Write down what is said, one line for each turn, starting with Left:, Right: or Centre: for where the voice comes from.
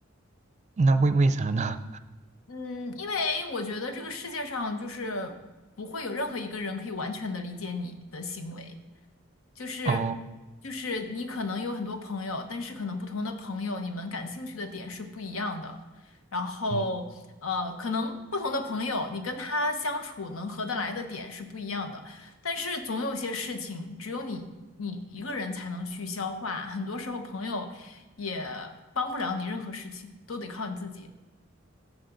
Right: 那为为啥呢？
Left: 嗯，因为我觉得这个世界上就是不会有任何一个人可以完全的理解你的行为。就是
Right: 哦，
Left: 就是你可能有很多朋友，但是可能不同的朋友，你们感兴趣的点是不一样的。然后呃，
Right: 嗯，
Left: 可能不同的朋友，你跟他相处能合得来的点是不一样的。但是总有些事情，只有你你一个人才能去消化。很多时候，朋友也帮不了你任何事情，都得靠你自己。